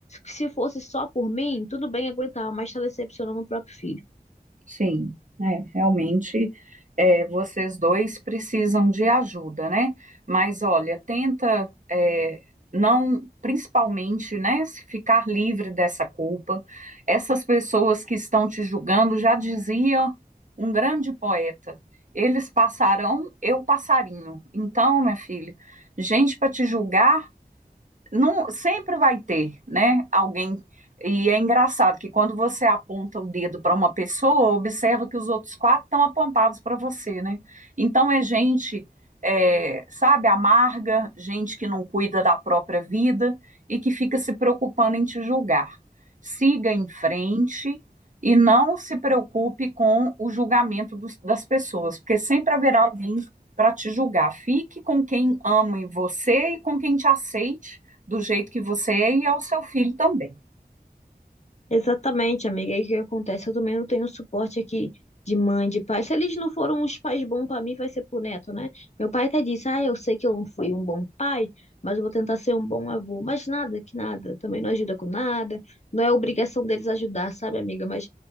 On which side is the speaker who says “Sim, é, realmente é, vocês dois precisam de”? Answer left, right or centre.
Right